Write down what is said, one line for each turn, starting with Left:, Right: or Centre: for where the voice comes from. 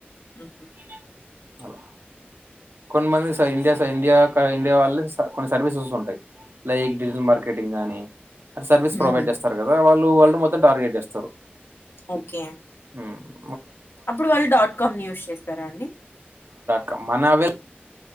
Left: హుహు.
Right: <unintelligible> అలా కొన్నిమంది స ఇండియా స ఇండియా ఇండియా కా వాళ్ళే కొన్ని సర్వీసెస్ ఉంటయి. లైక్ డిజిటల్ మార్కెటింగ్ గానీ, అటు సర్వీస్
Left: హుహు.
Right: ప్రొవైడ్ చేస్తరు కదా వాళ్ళ్ లో వరల్డ్ మొత్తం టార్గెట్ చేస్తారు.
Left: ఓకే
Right: హ్మ్
Left: అప్పుడు వాళ్ళు డాట్ కామ్ యూస్ చేస్తారా అండి?
Right: కా మన అవైల్